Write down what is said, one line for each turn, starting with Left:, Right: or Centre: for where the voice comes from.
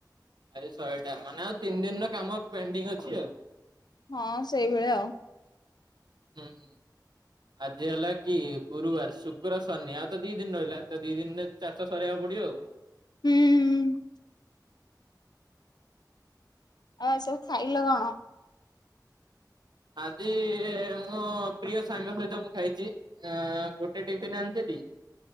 Right: ଆଜି ଶହେଟା ମାନେ ଆଉ ତିନି ଦିନର କାମ ପେଣ୍ଡିଙ୍ଗ ଅଛି ଆଉ।
Left: ହଁ ସେଇଭଳିଆ ଆଉ।
Right: ହୁଁ ହୁଁ ଆଜି ହେଲା କି ଗୁରୁବାର ଶୁକ୍ର ଶନି ଆଉ ତ ଦି ଦିନ ରହିଲା ତ ଦି ଦିନରେ ଚାରିଶ ସରେଇବାକୁ ପଡିବ ଆଉ।
Left: ହୁଁ- ଆଉ ଆଜି ସବୁ ଖାଇଲ କଣ?
Right: ଆଜି ମୋ ପ୍ରିୟ ସାଙ୍ଗ ସହିତ ମୁଁ ଖାଇଛି- ଅ ଗୋଟେ ଟିଫନ୍ ଆଣିଥିଲି-